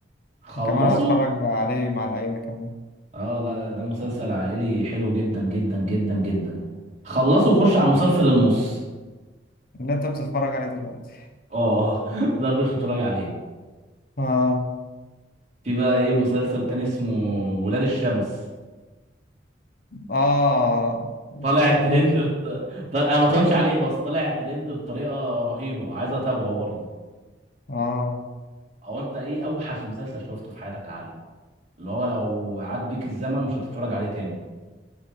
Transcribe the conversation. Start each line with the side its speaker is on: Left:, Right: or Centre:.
Right: خلصوا
Left: كمان هتفرج عليه مع العيلة كمان
Right: اه لا لا ده مسلسل عائلي حلو جدا جدا جدا جدا خلصوا وخش على مسلسل النص
Left: اللي أنت بتتفرج عليه دلوقتي
Right: اه <laughs> ده خش اتفرج عليه
Left: آه
Right: في بقى ايه مسلسل تاني اسمه ولاد الشمس
Left: آه وفي
Right: طالع ترند
Left: بس
Right: بت... طال... انا ما اتفرجتش عليه بس طالع ترند بطريقه رهيبه عايز اتابعه برضه
Left: آه
Right: او انت ايه اوحش مسلسل شفته في حياتك يا علي اللي هو لو عاد بيك الزمن مش هتتفرج عليه تاني